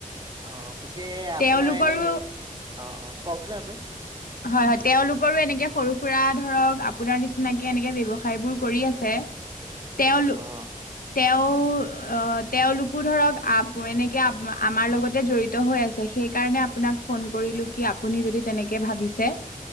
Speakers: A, on the right (about 30°); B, on the left (about 85°).
A: অ। পিছে
B: তেওঁলোকৰো
A: আপোনাৰ এনেই মোক, অ অ কওকচোন আপুনি?
B: হয় হয়। তেওঁলোকৰো এনেকে সৰু সুৰা ধৰক আপোনাৰ নিচিনাকে এনেকে ব্যৱসায় বোৰ কৰি আছে। তেওঁলো
A: অ
B: তেওঁ অহ তেওঁলোকো ধৰক আ এনেকে আম আমাৰ লগতে জড়িত হৈ আছ সেইকাৰণে আপোনাক ফোন কৰিলো। কি আপুনি যদি তেনেকে ভাবিছে।